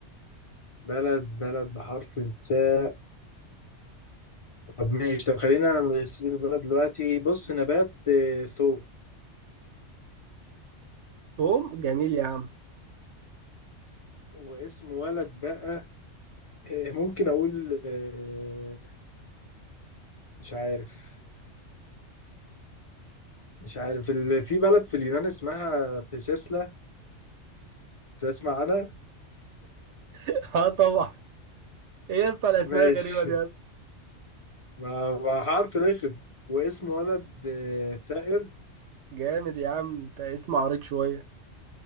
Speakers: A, on the left; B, on the right.
A: بلد بلد بحرف الثاء طب ماشي طب خلينا نسيب البلد دلوقتي بص نبات آه، ثوم
B: توم جميل يا عم
A: واسم ولد بقى آه، ممكن أقول آه، مش عارف مش عارف ال- في بلد في اليونان اسمها فيسيسلا تسمع عنها؟
B: <laughs> اه طبعا ايه يا اسطى الاسماء
A: ماشي
B: الغريبه دي يا اسطى؟
A: ما ما حرف رخم واسم ولد آه، ثائر
B: جامد يا عم انت اسم عريق شويه